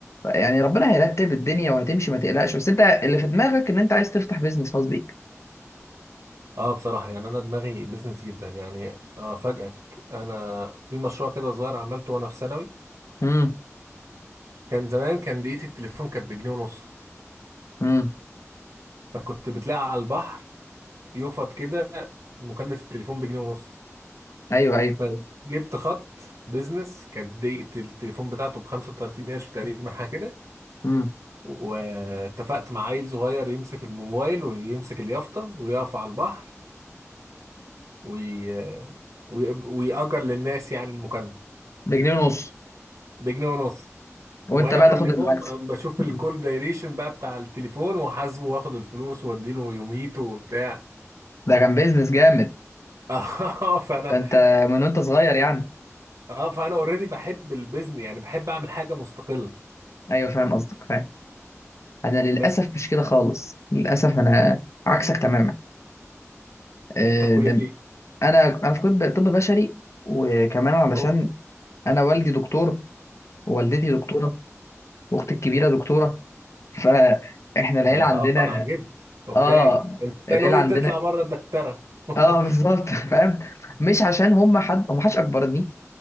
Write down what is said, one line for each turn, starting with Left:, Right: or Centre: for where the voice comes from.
Left: يعني ربنا هيرتب الدنيا وهتمشي ما تقلقش بس انت اللي في دماغك ان انت عايز تفتح بيزنس خاص بيك
Right: اه بصراحه يعني انا دماغي بزنس جدا يعني افاجئك انا في مشروع كده صغير عملته وانا في ثانوي
Left: امم
Right: كان زمان كان دقيقه التليفون كانت بجنيه ونص
Left: امم
Right: فكنت بتلاقي على البحر يفط كده مكالمه التليفون بجنيه ونص
Left: ايوه ايوه
Right: فجبت خط بيزنس كانت دقيقة التليفون بتاعته ب 35 قرش تقريبا حاجة كده
Left: امم
Right: واتفقت مع عيل صغير يمسك الموبايل ويمسك اليافطة ويقف على البحر وي... وي... ويأجر للناس يعني المكالمة
Left: بجنيه ونص
Right: بجنيه ونص
Left: وانت
Right: وأنا
Left: بقى
Right: كل
Left: تاخد
Right: يوم
Left: المكسب
Right: أم بشوف
Left: أمم.
Right: الكول دايريشن بقى بتاع التليفون وحاسبه واخد الفلوس واديله يوميته وبتاع
Left: ده كان بيزنس جامد
Right: <laughs> اه فأنا
Left: ده انت من وانت صغير يعني
Right: اه فأنا اوريدي بحب البيزنس يعني بحب أعمل حاجة مستقلة
Left: ايوه فاهم قصدك فاهم انا للاسف
Right: بس
Left: مش كده خالص للاسف انا عكسك تماما آه،
Right: أنت في كلية
Left: ده
Right: إيه؟
Left: انا انا في كنت طب بشري وكمان علشان
Right: أوف
Left: انا والدي دكتور ووالدتي دكتوره واختي الكبيره دكتوره فاحنا العيله
Right: ده انت
Left: عندنا
Right: ابا عن جد اوكي
Left: اه
Right: انت
Left: العيله
Right: ناوي
Left: عندنا
Right: تطلع بره الدكتره <laughs>
Left: اه بالظبط <laughs> فاهم مش عشان هم حد هم حدش اكبرني